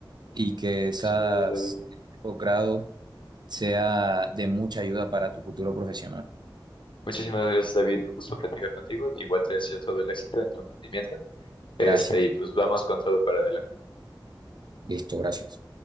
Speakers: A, on the right; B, on the left.
A: y que esas
B: Muchas gracias, David.
A: posgrados sea de mucha ayuda para tu futuro profesional.
B: Muchísimas gracias, David. Un gusto platicar contigo. Igual te deseo todo el éxito en tu emprendimiento. Este,
A: Gracias.
B: y pues vamos con todo para adelante.
A: Listo, gracias.